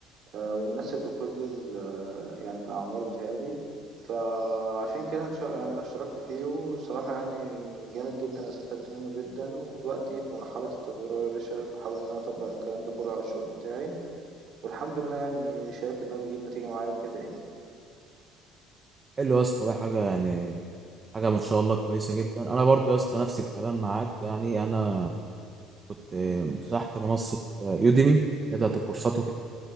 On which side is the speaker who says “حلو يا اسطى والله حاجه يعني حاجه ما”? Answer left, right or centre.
Right